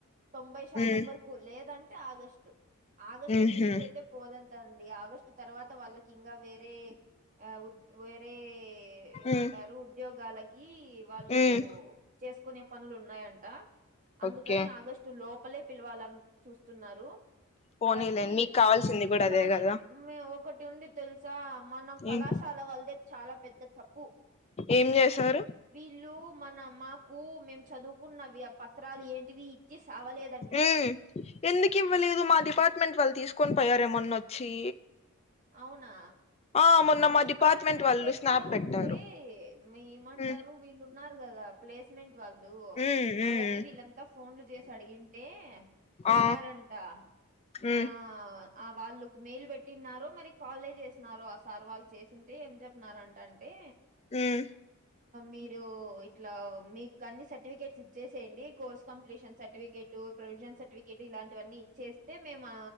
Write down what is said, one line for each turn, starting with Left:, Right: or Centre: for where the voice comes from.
Right: తొంభై శాతం
Left: ఉమ్,
Right: వరకు లేదంటే ఆగస్టు ఆగస్టుకు
Left: ఉహు,
Right: మించి అయితే పోదంతండి ఆగస్టు తర్వాత వాళ్ళకి ఇంకా వేరే ఆ వేరే ఏమంటారు
Left: ఉమ్,
Right: ఉద్యోగాలకి వాళ్ళు
Left: ఉమ్,
Right: కొనే పనులు ఉన్నాయంట అందుకని
Left: ఓకే
Right: ఆగస్టు లోపలే పిలవాలని చూస్తున్నారు
Left: పోనీలేండి
Right: కాబట్టి
Left: మీకు కావాల్సింది
Right: పోవచ్చు
Left: కూడా అదే
Right: కానీ
Left: కదా
Right: మీ ఒకటి ఉంది తెలుసా మన కళాశాల
Left: ఏం
Right: వాళ్ళదే చాలా పెద్ద తప్పు
Left: ఏం చేసారు
Right: వీళ్ళు మన మాకు మేము చదువుకున్నవి ఆ పత్రాలు ఏంటివి ఇచ్చి సావలేదు
Left: ఉ ఎందుకు ఇవ్వలేదు మా డిపార్ట్మెంట్ వాళ్ళు తీసుకొని పోయారే మొన్నొచ్చి
Right: అవునా
Left: ఆ మొన్న
Right: అది
Left: మా డిపార్ట్మెంట్
Right: అవన్నీ
Left: వాళ్ళు
Right: చేతిలో
Left: స్నాప్ పెట్టారు
Right: ఉంటే ఏమంటారు
Left: మ్మ్
Right: వీళ్ళు ఉన్నారు కదా ప్లేస్మెంట్ వాళ్ళు
Left: మ్మ్ మ్మ్
Right: వాళ్ళకి వీళ్ళంతా ఫోన్లు చేసి అడిగింటే చెప్పారంట
Left: ఆ మ్మ్
Right: ఆ ఆ వాళ్ళకు మెయిల్ పెట్టినారో మరి కాలే చేసినారో ఆ సార్ వాళ్ళు చేసింటే ఏం చెప్పినారంట అంటే
Left: మ్మ్
Right: మీరు ఇట్లా మీకు అన్ని సర్టిఫికేట్స్ ఇచ్చేసేయండి course completion certificate provision certificate ఇలాంటివన్నీ ఇచ్చే స్తే మేము